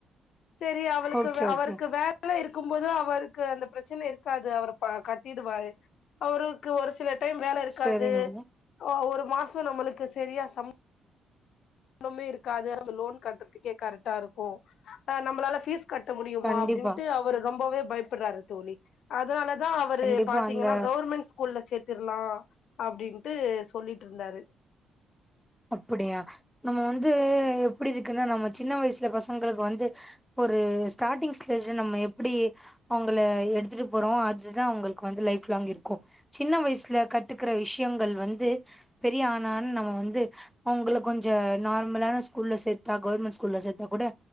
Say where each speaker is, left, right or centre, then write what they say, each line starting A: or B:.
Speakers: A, on the left; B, in the centre.
A: சரி அவளுக்கு
B: ஓகே
A: வே அவருக்கு
B: ஓகே
A: வ ல இருக்கும் போது அவருக்கு அந்த பிரச்சன இருக்காது அவரு ப கட்டிடுவாரு அவருக்கு ஒரு ஸ் சில டைம் வேல இருக்காது
B: செரிங்க
A: ஆ ஒரு மாச நம்மளுக்கு சரியா சம் ண்ணமே இருக்காது அந்த லோன் கட்றதுக்கே கரெக்டா இருக்கு ஆ நம்பளால ஃபீஸ் கட்ட முடியுமா
B: கண்டிப்பா
A: அப்டின்ட்டு அவர் ரொம்பவே பயப்பட்றாரு தோழி அதனால அதா அவரு
B: கண்டிப்பா
A: பாத்தீங்கனா
B: அந்த
A: கவர்மெண்ட் ஸ்கூல்ல சேத்திரலா அப்டின்ட்டு சொல்லிட்ருந்தாரு
B: அப்படியா நம்ம வந்து எப்டி இருக்குன்னா நம்ம சின்ன வயசுல பசங்களுக்கு வந்து ஒரு ஸ்டாட்டிங் ஸ்டேஜ்ல நம்ம எப்டி அவங்கள எடுத்துட்டு போறோ அதுதா அவுங்களுக்கு வந்து லைஃப் லாங் இருக்கு சின்ன வயசுல கத்துக்கற விஷயங்கள் வந்து பெரிய ஆனான் நம்ம வந்து அவுங்கள கொஞ்ச நார்மலான ஸ்கூல்ல சேத்தா கூ கவர்மெண் ஸ்கூல்ல சேத்தா கூட